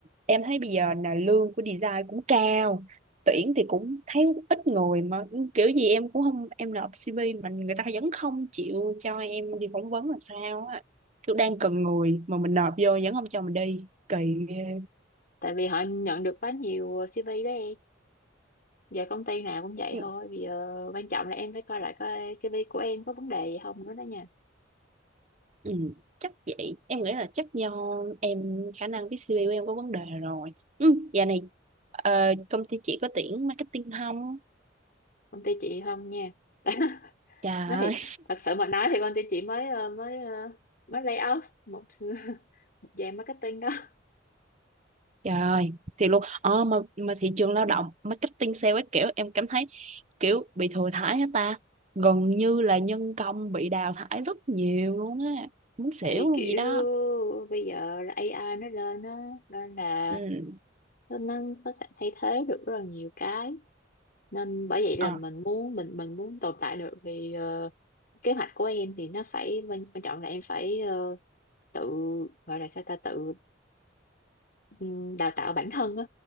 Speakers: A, on the right; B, on the left.
A: em thấy bây giờ là lương của design cũng cao tuyển thì cũng thấy ít người mà ừ, kiểu gì em cũng không em nộp CV mà người ta vẫn không chịu cho em đi phỏng vấn là sao á kiểu đang cần người mà mình nộp vô vẫn không cho mình đi kỳ ghê
B: tại vì họ nhận được quá nhiều CV đó em giờ công ty nào cũng vậy
A: ừ,
B: thôi bây giờ quan trọng là em phải coi lại coi CV của em có vấn đề gì không nữa đó nha
A: ừ, chắc vậy em nghĩ là chắc do em khả năng viết CV của em có vấn đề rồi ừ, giờ này ờ, công ty chị có tuyển marketing không
B: công ty chị không nha <laughs>
A: trời
B: nói thiệt thật sự mà nói thì công ty chị mới ờ, mới ờ, mới lay off một <laughs> một dàn marketing đó
A: Trời ơi, thiệt luôn. Ờ, mà, mà thị trường lao động, marketing sale ấy kiểu em cảm thấy kiểu bị thừa thãi á ta. Gần như là nhân công bị đào thải rất nhiều luôn á. Muốn xỉu
B: tại vì
A: luôn
B: kiểu
A: gì đó.
B: bây giờ là AI nó lên á nên là
A: Ừ.
B: nó nó có thể thay thế được rất là nhiều cái nên bởi vậy là
A: Ờ,
B: mình muốn mình mình muốn tồn tại được thì ờ, kế hoạch của em thì nó phải quan quan trọng là em phải ờ, tự gọi là sao ta tự ừm, đào tạo bản thân á